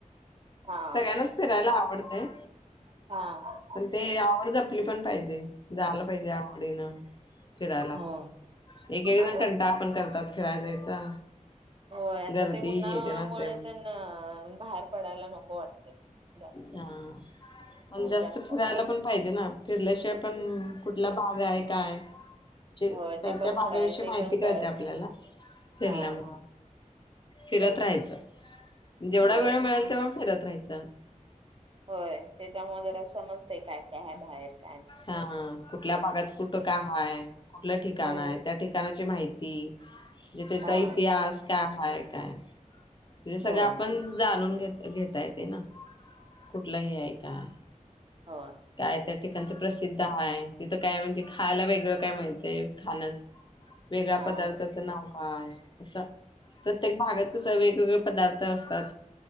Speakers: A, on the right; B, on the left.
A: हा
B: सगळ्यांनाच फिरायला आवडतंय.
A: हा
B: पण ते आवड जपली पण पाहिजे जायला पाहिजे आवडीनं. फिरायला
A: हो
B: एक एक
A: आता
B: जण कंटाळा पण करतात फिरायला जायचा.
A: होय आता
B: गर्दी
A: ते उन्हामुळे
B: हे ते असतंय म्हणून
A: तेन बाहेर पडायला नको वाटते. जास्त
B: हा पण
A: ऊन
B: जास्त फिरायला
A: असल्यामुळे
B: पण पाहिजे ना फिरल्याशिवाय पण कुठला भाग आहे काय म्हणजे
A: होय
B: त्या
A: ते पण
B: त्या भागाविषयी
A: खरं आहे ते
B: माहिती
A: पण
B: कळते
A: कळत
B: आपल्याला
A: नाही.
B: फिरल्यामुंळ
A: हा
B: फिरत
A: होय
B: राहायचं, जेवढा
A: होय
B: वेळ मिळेल तेव्हा फिरत राहायचं.
A: होय त्यांच्यामुळे जरा समजतय काय काय आहे बाहेर काय ना
B: हा कुठल्या भागात कुठं काय हाय? कुठल्या ठिकाण
A: नाही. हम्म
B: हाय? त्या ठिकाणाची माहिती जे त्याचा
A: हा
B: इतिहास काय हाय काय? ते सगळं
A: होय
B: आपण जाणून घेत घेता येते ना कुठलं हे आहे काय?
A: हो
B: काय त्या ठिकाणच प्रसिद्ध आहे? काय म्हणजे खायला वेगळं काय मिळतंय? खायचं वेगळ्या
A: हा
B: पदार्थाचं नाव का य असं प्रत्येक भागात कस वेगवेगळे पदार्थ असतात.